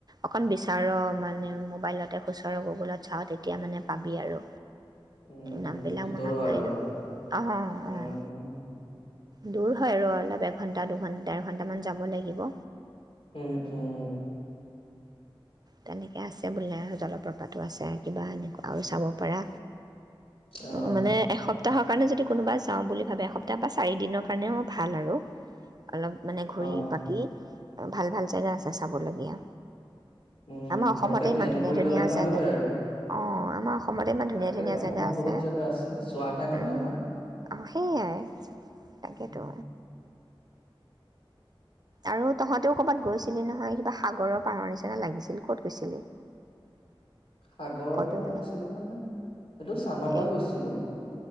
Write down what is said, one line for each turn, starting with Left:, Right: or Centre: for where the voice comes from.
Right: অকণ বিচাৰৰ মানে মোবাইলতে খুচৰ গুগলত চাওঁ তেতিয়া মানে পাবি আৰু।
Left: উম
Right: নামবিলাক
Left: উম ভিতৰো
Right: মনত
Left: আৰু
Right: নাই
Left: অলপ
Right: নহয় অঁ অঁ
Left: উম উম
Right: দূৰ হয় আৰু অলপ এঘন্টা, দুঘন্টা, ডৰ ঘন্টামান, যাব লাগিব।
Left: উম, উম, উম।
Right: তেনেকে আছে বোলে আৰু জলপ্ৰপাতো আছে, কিবা এনেকুৱা আৰু চাব পাৰা।
Left: অ',
Right: উ মানে, এসপ্তাহ তাহ কাৰণে যদি কোনোবা যাওঁ বুলি ভাবে এসপ্তাহ বা পাঁচ চাৰি দিনৰ কাৰণেও মোৰ ভাল আৰু অলপ মানে ঘূৰি-পাকি
Left: অ'।
Right: ভাল ভাল জেগা আছে চাবলগীয়া।
Left: উম
Right: আমাৰ অসমতে
Left: ভালকে
Right: ইমান
Left: প্লেন
Right: ধুনীয়া
Left: কৰি
Right: ধুনীয়া
Left: গ'লে ভাল
Right: জেগা
Left: হয় আৰু।
Right: অঁ আমাৰ অস অসমতে ইমান ধুনীয়া
Left: তাকে
Right: ধুনীয়া
Left: অসমত
Right: জেগা আছে,
Left: বহুত জেগা আছে চোৱাহে নহয়
Right: উম
Left: আমাৰ।
Right: অ সেইয়াই তাকেটো।
Left: উম,
Right: আৰু তহঁতেও কৰ'বাত গৈছিলি নহয় কিবা সাগৰৰ পাৰৰ নিচিনা লাগিছিল ক'ত গৈছিলি?
Left: সাগৰৰ
Right: ফটোবিলাক
Left: পাৰৰ নিচিনা মানে সেইটো চানগা
Right: এই
Left: গৈছিলো।